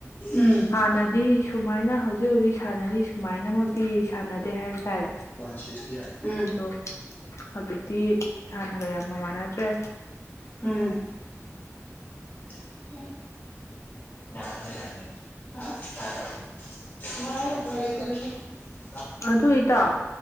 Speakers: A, on the left; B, on the left.
A: ꯎꯝ
B: ꯍꯥꯟꯅꯗꯤ ꯁꯨꯃꯥꯏꯅ ꯍꯧꯖꯤꯛ ꯍꯧꯖꯤꯛ ꯁꯥꯟꯅꯔꯤ ꯁꯨꯃꯥꯏꯅꯃꯛꯇꯤ ꯁꯥꯟꯅꯗꯦ ꯍꯥꯏꯕ ꯇꯥꯔꯦ
A: ꯋꯥꯟ ꯁꯤꯛꯁꯇꯤ ꯑꯥꯠ ꯎꯝ
B: ꯑꯗꯣ ꯍꯧꯖꯤꯛꯇꯤ ꯍꯥꯟꯅꯒ ꯌꯥꯝ ꯃꯃꯥꯟꯅ ꯗ꯭ꯔꯦ
A: ꯎꯝ <inaudible> <unintelligible> <inaudible>
B: ꯑꯗꯨ ꯏꯇꯥꯎ